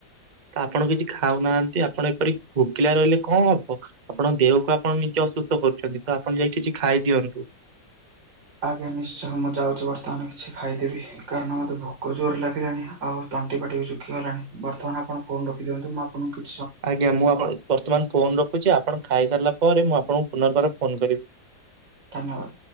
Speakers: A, on the right; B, on the right.
A: ତ ଆପଣ କିଛି ଖାଉ ନାହାନ୍ତି ଆପଣ ଏପରି ଭୋକିଲା ରହିଲେ କଣ ହବ? ଆପଣ ଦେହକୁ ଆପଣ ନିଜେ ଅସୁସ୍ଥ କରୁଛନ୍ତି ତ ଆପଣ ଯାଇ କିଛି ଖାଇଦିଅନ୍ତୁ।
B: ଆଜ୍ଞା ନିଶ୍ଚୟ ମୁଁ ଯାଉଛି ବର୍ତ୍ତମାନ କିଛି ଖାଇଦେବି କାରଣ ମତେ ଭୋକ ଜୋରେ ଲାଗିଲାଣି। ଆଉ ତଣ୍ଟି ପାଟି ବି ଶୁଖିଗଲାଣି ବର୍ତ୍ତମାନ ଆପଣ ଫୋନ ରଖି ଦିଅନ୍ତୁ ଆପଙ୍କୁ କି
A: ଆଜ୍ଞା ମୁଁ ଆଫଣ ବର୍ତ୍ତମାନ ଫୋନ ରଖୁଛି ଆପଣ ଖାଇସାରିଲା ପରେ ମୁଁ ଆପଣଙ୍କୁ ପୁନର୍ବାର ଫୋନ କରିବି।
B: ଧନ୍ୟବାଦ।